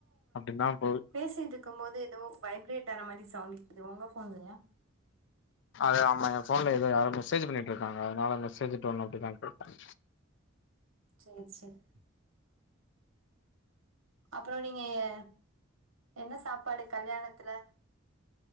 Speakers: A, on the left; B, on the right.
A: அப்டின்தா போது
B: பேசிகிட்டுருக்கு போது ஏதோ வைப்ரேட் ஆற மாரி சவுண்ட் கேட்டுது ஒங்க ஃபோன்லயா?
A: அது ஆமா எ போன்ல ஏதோ யாரோ மெசேஜ் பண்ணிட்டுருக்காங்க அதனால மெசேஜிடோன் அப்டிதா கேக்கூ
B: செரி செரி அப்றோ நீங்க எ என்ன சாப்பாடு கல்யாணத்துல